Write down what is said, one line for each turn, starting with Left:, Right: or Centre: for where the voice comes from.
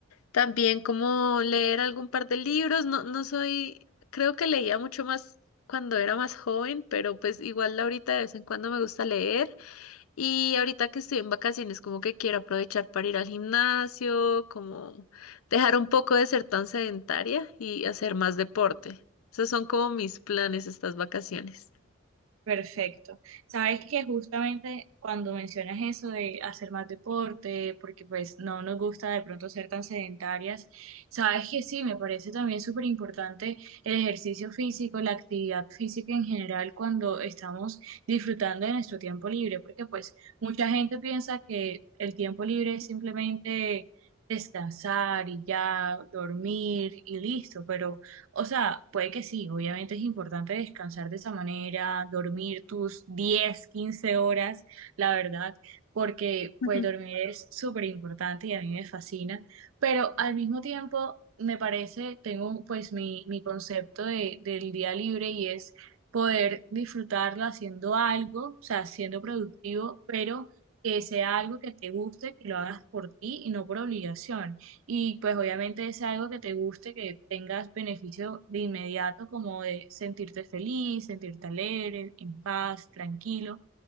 Left: También como leer algún par de libros, no, no soy, creo que leía mucho más cuando era más joven, pero pues igual ahorita de vez en cuando me gusta leer y ahorita que estoy en vacaciones como que quiero aprovechar para ir al gimnasio, como dejar un poco de ser tan sedentaria y hacer más deporte. Esos son como mis planes estas vacaciones.
Right: Perfecto. Sabes que justamente cuando mencionas eso de hacer más deporte, porque pues no nos gusta de pronto ser tan sedentarias, sabes que sí, me parece también súper importante el ejercicio físico, la actividad física en general cuando estamos disfrutando de nuestro tiempo libre, porque pues mucha gente piensa que el tiempo libre es simplemente descansar y ya dormir y listo, pero o sea, puede que sí, obviamente es importante descansar de esa manera, dormir tus 10, 15 horas, la verdad, porque
Left: Ujú.
Right: pues dormir es súper importante y a mí me fascina, pero al mismo tiempo me parece, tengo pues mi, mi concepto de, del día libre y es poder disfrutarlo haciendo algo, o sea, siendo productivo, pero que sea algo que te guste, que lo hagas por ti y no por obligación. Y pues obviamente es algo que te guste, que tengas beneficio de inmediato, como de sentirte feliz, sentirte alegre, en paz, tranquilo.